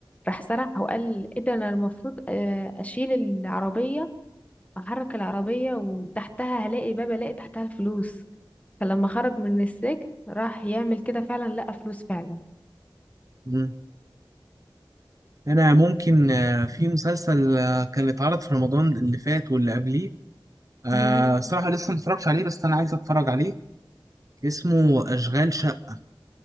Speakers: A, on the left; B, on the right.
A: راح سرح وقال ايه ده انا المفروض آه، اشيل العربية احرك العربية وتحتها هلاقي باب الاقي تحتها الفلوس فلما خرج من السجن راح يعمل كده فعلا لقى فلوس فعلا
B: مم. أنا ممكن آه في مسلسل آه كان اتعرض في رمضان اللي فات واللي قبليه آه
A: امم
B: صراحة لسه متفرجش عليه بس أنا عايز أتفرج عليه اسمه أشغال شقة